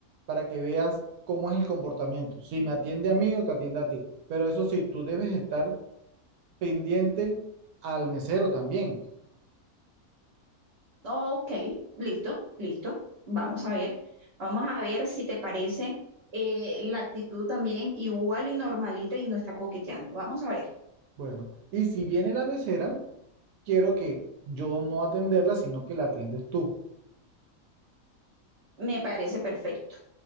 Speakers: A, on the right; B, on the right.
A: para que veas cómo es el comportamiento. Si me atiende a mí o te atiende a ti. Pero eso sí, tú debes estar pendiente al mesero también.
B: Ok, listo, listo. Vamos a ver. Vamos a ver si te parece eh, la actitud también igual y normalita y no está coqueteando. Vamos a ver.
A: Bueno, y si viene la mesera, quiero que yo no atenderla, sino que la atiendes tú.
B: Me parece perfecto,